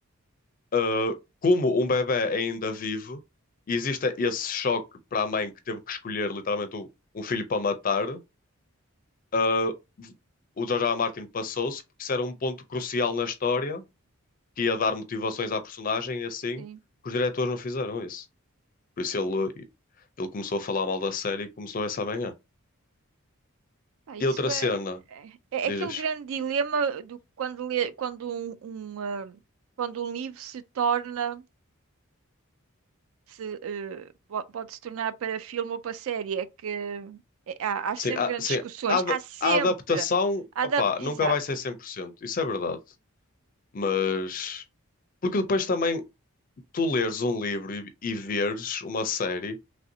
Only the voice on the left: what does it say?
ah, como um bebé é ainda vivo, e existe esse choque para a mãe que teve que escolher literalmente um, um filho para matar, ah, o George R. R. Martin passou-se porque isso era um ponto crucial na história que ia dar motivações à personagem e assim,
que os diretores não fizeram isso. Por isso
ele, Ele começou a falar mal da série e começou essa manhã.
E outra
cena,
dizes?
Sim, a,
sim,
a, ad-
a adaptação,
opá,
nunca vai ser 100%. isso é verdade. Mas. Porque depois também tu leres um livro e, e veres uma série,